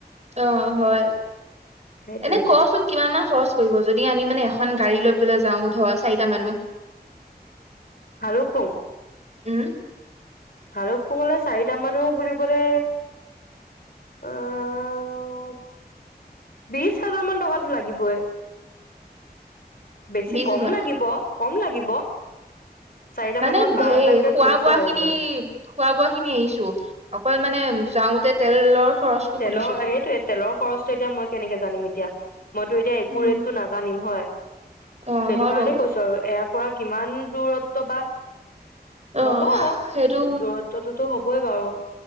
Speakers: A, on the right; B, on the left.
A: অ হয়
B: সেইটোয়ে
A: এনে কচোন কিমান মাহ খৰচ কৰিব যদি আমি মানে এখন গাড়ী লৈ পেলাই যাও ধৰ চাৰিটা মানুহ
B: ভালোঁক পুং
A: উম
B: ভালুকপুং লে চাৰিট মানো বিবলে আহ বিশ হাজাৰ মান টকাটো লাগিবই বেছি
A: বিশ
B: কম
A: হাজাৰ
B: লাগিব কম লাগিব চাৰিটা
A: মানে
B: মানুহত পাঁচ
A: হে
B: হাজাৰকে
A: খোৱা
B: ধৰিছো
A: বোৱা
B: আৰু
A: খিনি
B: মই
A: খোৱা বোৱা খিনি আহিছো অকল মানে যাওঁ তে তেলৰ খৰচটো
B: তেলৰ
A: সুধিছো
B: সেইটোয়ে তেলৰ খৰচটো এতিয়া মই কেনেকে জানিম এতি এতিয়া মইতো এতিয়া একো
A: উম
B: ৰেটটো নাজানিম হয়
A: অ
B: সেইটো
A: হয়
B: কাৰণেই
A: বাৰু
B: কৈছো আৰু এ কৰা কিমান দূৰত্ব বা
A: অ
B: হব
A: সেইটো
B: দূৰত্বটো টো হ'বই বাৰু